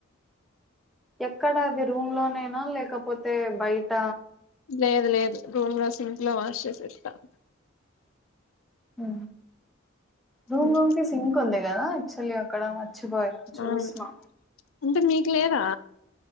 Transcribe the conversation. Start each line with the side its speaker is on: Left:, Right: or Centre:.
Centre: ఎక్కడా అది రూమ్ లోనేైనా లేకపోతే బయట
Left: లేదు లేదు రూమ్ లో సింక్ లో వాష్ చేసి ఇస్తాం
Centre: అ రూమ్
Left: ఉమ్
Centre: రూమ్ క సింక్ ఉంద అక్కడ మర్చిపోయి చూసమా
Left: అవును అంటే మీకు లేదా